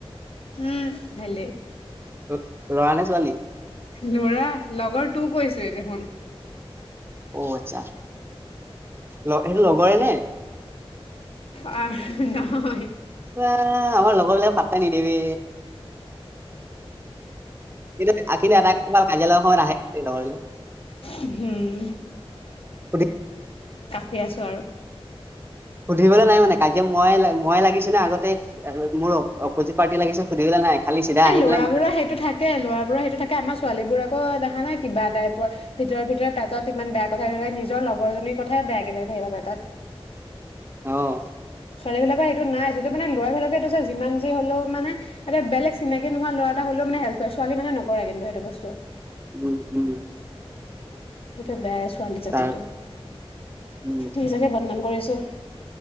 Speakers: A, on the left; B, on the right.
A: উম, ভালে
B: তোৰ ল'ৰা নে ছোৱালী?
A: ল'ৰা, লগৰটো কৈছোয়ে দেখোন।
B: অ', আচ্ছা, ল সেইটো লগৰে নে।
A: আ নহয়।
B: এ আমাৰ লগৰবিলাক পাত্তাই নিদিয়ে বে, কিন্তু অ কিন্তু এটা কথা দেই কাজিয়া লগাৰ সময়ত আহে কিন্তু লগৰবোৰ,
A: উম
B: সুধি
A: ফি আছো আৰু।
B: সুধিবলে নাই মানে, কাজিয়া ময়ে লা, ময়ে লাগিছোঁনে আগতে মোৰ অপজিত পাৰ্টিয়ে লাগিছে সুধিবলৈ নাই। খালি চিধা
A: এ
B: আহি
A: ল'ৰা
B: পেলাই
A: বোৰৰ সেইটো থাকে, ল'ৰা বোৰৰ সেইটো থাকে, আমাৰ ছোৱালীবোৰ আকৌ দেখা নাই কিবা টাইপৰ ভিতৰে-ভিতৰে পেটত ইমান বেয়া কথা লৈ থাকে, নিজৰ লগৰজনীৰ কথাই বেয়াকে লৈ থাকিব পেটত।
B: অঁ।
A: ছোৱালী বিলাকৰ সেইটো নাই যদিও মানে ল'ৰা বিলাকে এইটো চাই যিমান যি হ'লেও মানে এটা বেলেগ চিনাকি নোহোৱা ল'ৰা হ'লেও মানে হেল্প কৰে, ছোৱালী মানুহে নকৰে কিন্তু সেইটো বস্তু।
B: উম- উম।
A: সেইটো বেয়া এ ছ ছোৱালী জাতিটোৰ,
B: তাৰ উম
A: নিজকে বদনাম কৰিছোঁ।